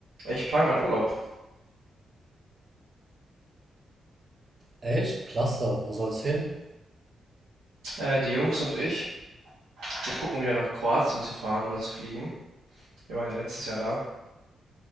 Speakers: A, on the right (about 80°); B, on the right (about 40°).
A: Ich plan gerade Urlaub.
B: Echt? Klasse. Wo soll's hin?
A: Äh, die Jungs und ich, wir gucken wieder nach Kroatien zu fahren oder zu fliegen. Wir waren ja letztes Jahr da.